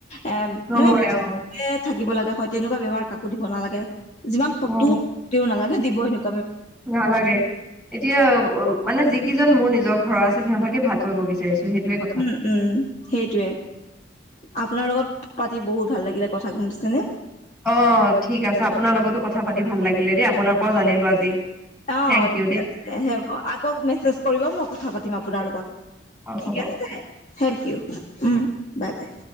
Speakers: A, on the left; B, in the centre.
A: এ
B: নমৰে
A: মানে বেছি
B: অ
A: থাকিব লাগে হয়, তেনেকুৱা ব্যৱহাৰ কাকো দিব নালাগে। যিমান শত্ৰু
B: উম
A: তেওঁ নালাগে দিব, হে
B: নালাগে, এতিয়া মানে যি কিজন মোৰ নিজৰ ঘৰৰ আছে, সিহঁতকে ভাল কৰিব বিচাৰিছো। সেইটোৱে কথা
A: উম' উম' সেইটো য়ে। আপোনাৰ লগত পাতি বহুত ভাল লাগিলে কথা গম পাইছা নে।
B: অ ঠিক আছে, আপোনাৰ লগতো কথা পাতি ভাল লাগিলে দেই, আপোনাৰ পৰাও জানিলো আজি।
A: অ
B: থেংক ইউ
A: ঠিকে
B: দেই
A: আছে, সেই আকৌ মেছেজ কৰিব মই কথা পাতিম আপোনাৰ লগত।
B: অ হ'ব
A: ঠিকে আছে, thank you um' bye' by.